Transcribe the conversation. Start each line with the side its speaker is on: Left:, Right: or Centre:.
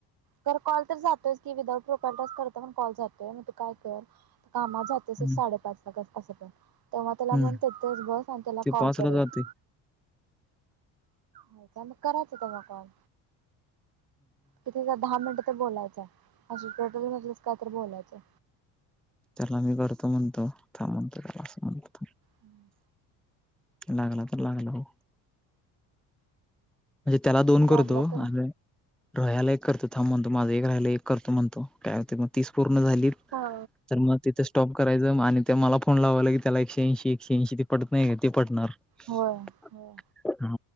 Right: कर कॉल तर जातोयच. की विदाउट प्रोफाइल टास्क करता पण कॉल जातोय, मग तू काय कर आता कामाव जातोयसच
Centre: हम्म
Right: साडेपाच ला कर. असं पण, तेव्हा त्याला
Centre: हम्म.
Right: म्हणते तेच बस आणि त्याला
Centre: ते
Right: कॉल
Centre: पाचला
Right: कर
Centre: जातंय.
Right: एक. होई काय? मग करायचं तेव्हा कॉल, किती दहा मिनटं बोलायचं, असं <unintelligible> काय तर बोलायचं.
Centre: त्याला मी करतो म्हणतो, थांब म्हणतो त्याला असं म्हणतो थांब.
Right: हम्म
Centre: लागला तर लागला ओ. म्हणजे त्याला दोन करतो
Right: लागला तर
Centre: आणि रोहयाला एक करतो. थांब म्हणतो माझं एक राहिला एक करतो म्हणतो, काय मग तीस पूर्ण झाली,
Right: हा
Centre: तर मग तिथे स्टॉप करायचं आणि मग त्यो मला फोन लावाला की त्याला एकशे ऐंशी एकशे ऐंशी ते पडत नाही का ते पडणार. <unintelligible>
Right: होय होय